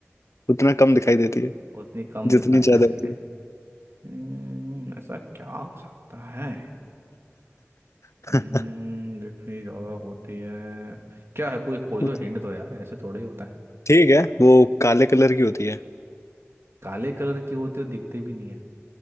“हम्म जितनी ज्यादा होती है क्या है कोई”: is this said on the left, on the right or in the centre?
Right